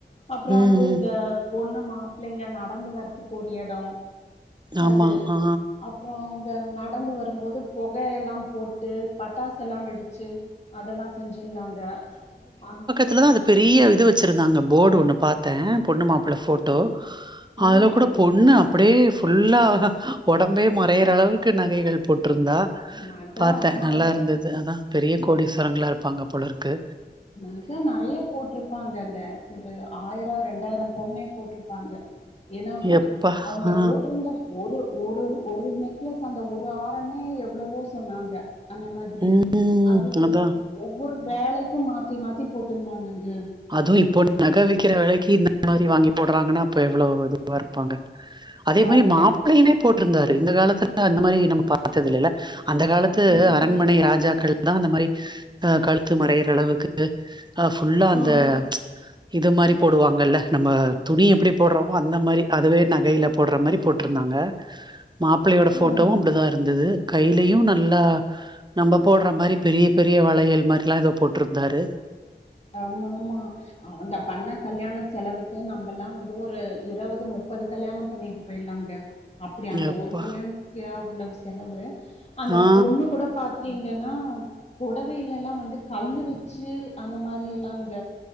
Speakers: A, on the left; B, on the right.
A: அப்புறம்
B: ம்
A: வந்து
B: ம்
A: இந்த பொண்ணு மாப்பிள்ளைங்க நடந்து வர்றதுக்கு ஒரு எடோ
B: ஆமா
A: அது
B: ஆ
A: அப் அப்புறோ அவங்க நடந்து வரும்போது புகையெல்லா போட்டு பட்டாசெல்லா வெடிச்சு அதெல்லா செஞ்சுருந்தாங்க அ
B: த்லதா அது பெரிய இது வச்சிருந்தாங்க போர்டு ஒன்னு பாத்தே பொண்ணு மாப்புள்ள போட் டோ
A: ம்
B: அதுல கூட பொண்ணு அப்டியே ஃபுல்லா உடம்பே மறையிற அளவுக்கு நகைகள் போட்டுருந்தா
A: நக
B: பாத்தே
A: ஆமாங்க
B: நல்லாருந்தது அதா பெரிய கோடிஸ்வரங்களா இருப்பாங்க போலருக்கு
A: எனக்கே நறைய போட்டுருப்பாங்கங்க இந்த ஒரு ஆயிரோ ரெண்டாயிரோ பவுனே போட்ருப்பாங்க ஏன்னாவுன்னா
B: எப்பா
A: அவுங்க
B: ஆ
A: போட்டுருந்த ஒரு ஒரு ஒரு நெக்லஸ் அந்த ஒரு ஆரமே எவ்ளவோ சொன்னாங்க அந்த மாதிரி
B: ம்
A: அது
B: அதா
A: ஒவ்வொரு வேலைக்கு மாத்தி மாத்தி போட்டுருந்தாங்கங்க
B: அதுவு இப்போ நக விக்கிற வெலைக்கி இந்த மாரி வாங்கி போடறாங்கன்னா அப்ப எவ்ளோ இதுவா இருப்பாங்க அதே
A: பாருங்க.
B: மாரி மாப்பிள்ளையுமே போட்டுருந்தாரு இந்த காலத்துல அந்த மாதிரி நம்ம பாத்ததில்லேல அந்த காலத்து
A: ம்.
B: அரண்மனை ராஜாக்கள் தா அந்த மாரி அ கழுத்து மறையிர அளவுக்கு அஆ ஃபுல்லா அந்த
A: ம்.
B: இது மாரி போடுவாங்கள்ல்ல நம்ம துணி எப்பிடி போடுறோமோ அந்த மாரி அதுவே நகையில போடுற மாரி போட்டுருந்தாங்க மாப்பிள்ளையோட போட்டோவு
A: ஆ.
B: அப்டிதா இருந்தது கையிலயு நல்லா நம்ம போடற மாரி பெரிய பெரிய வளையல் மாரிலா ஏதோ போட்டுருந்தாரு
A: ஆமாமா அவுங்க பண்ண கல்யாணோ செலவுக் கு நம்பள்லா வந்து ஒரு இருபது முப்பது கல்யாணோ பண்ணிட்டு போயிலாங்க அப்படி அந்த
B: எப்பா
A: ஒரு கல்யாணத்துக்கே அவ்ளோவு செலவு அந்த
B: ஆ
A: பொண்ணு கூட பார் தீங்கன்னா புடவையிலெல்லா வந்து கல்லு வச்சு அந்த மாரில்லாங்க